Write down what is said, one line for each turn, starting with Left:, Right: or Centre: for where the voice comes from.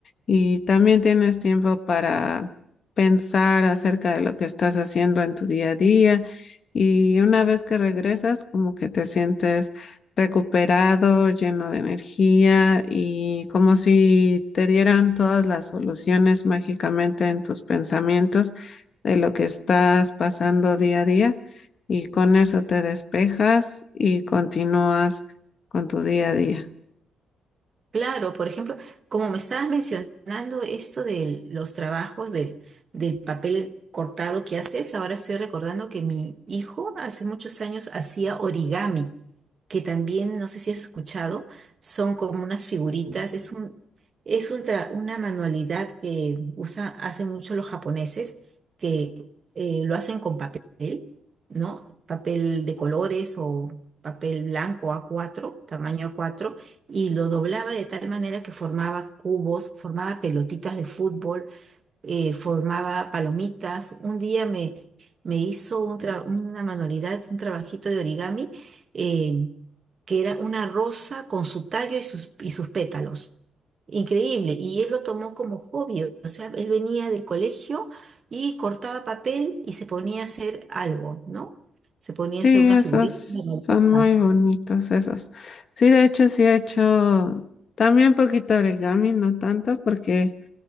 Left: y también tienes tiempo para pensar acerca de lo que estás haciendo en tu día a día y una vez que regresas como que te sientes recuperado, lleno de energía y como si te dieran todas las soluciones mágicamente en tus pensamientos de lo que estás pasando día a día y con eso te despejas y continúas con tu día a día.
Right: Claro, por ejemplo, como me estabas mencionando esto de los trabajos de- del papel cortado que haces, ahora estoy recordando que mi hijo hace muchos años hacía origami, que también, no sé si has escuchado, son como unas figuritas, es un, es un tra- una manualidad que usa, hacen mucho los japoneses, que eh, lo hacen con papel, ¿no? Papel de colores o papel blanco A4, tamaño A4 y lo doblaba de tal manera que formaba cubos, formaba pelotitas de fútbol, eh, formaba palomitas. Un día me, me hizo un tra- una manualidad, un trabajito de origami, eh, que era una rosa con su tallo y sus, y sus pétalos. Increíble. Y él lo tomó como hobby. O sea, él venía del colegio y cortaba papel y se ponía a hacer algo, ¿no? Se ponía
Left: Sí,
Right: a hacer una
Left: esos
Right: figurita,
Left: son
Right: una maleta.
Left: muy bonitos esos. Sí, de hecho, sí he hecho también poquito origami, no tanto porque